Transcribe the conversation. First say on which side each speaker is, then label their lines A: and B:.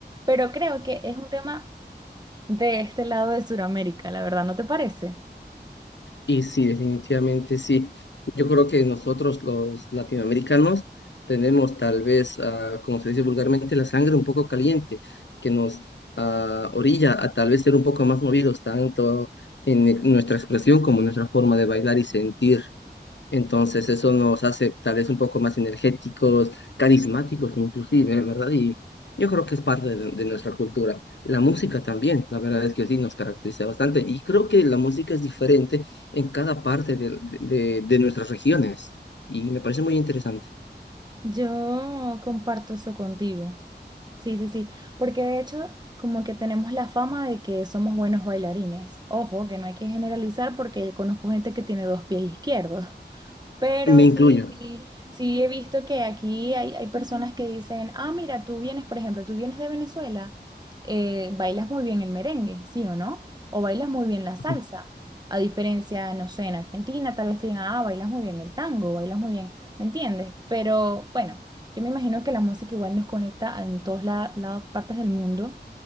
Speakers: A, on the right; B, on the left.
A: pero creo que es un tema de este lado de Sudamérica, la verdad, ¿no te parece?
B: Y sí, definitivamente sí. Yo creo que nosotros los latinoamericanos tenemos tal vez, ah, como se dice vulgarmente, la sangre un poco caliente, que nos ah, orilla a tal vez ser un poco más movidos, tanto en e- nuestra expresión como en nuestra forma de bailar y sentir. Entonces eso nos hace tal vez un poco más energéticos, carismáticos inclusive, ¿verdad? Y yo creo que es parte de, de nuestra cultura. La música también, la verdad es que sí, nos caracteriza bastante. Y creo que la música es diferente en cada parte de, de, de nuestras regiones. Y me parece muy interesante.
A: Yo comparto eso contigo. Sí, sí, sí, porque de hecho como que tenemos la fama de que somos buenos bailarines. Ojo, que no hay que generalizar porque conozco gente que tiene dos pies izquierdos. Pero
B: Me incluyo.
A: sí, sí, sí he visto que aquí hay, hay personas que dicen, ah, mira, tú vienes, por ejemplo, tú vienes de Venezuela, eh, bailas muy bien el merengue, ¿sí o no? O bailas muy bien la salsa.
B: <laughs>
A: A diferencia, no sé, en Argentina tal vez te digan, ah, bailas muy bien el tango, bailas muy bien, ¿me entiendes? Pero bueno, yo me imagino que la música igual nos conecta en todas la- las partes del mundo